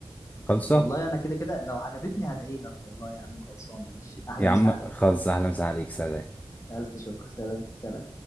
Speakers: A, on the left; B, on the left.
A: خلصه
B: والله انا كده كده لو عجبتني هدعي لك والله يا عم خلصانة ماشي احلى
A: يا
B: مسا
A: عم
B: عليك
A: خلص اهلا وسهلا عليك سلام
B: الف شكر سلام سلام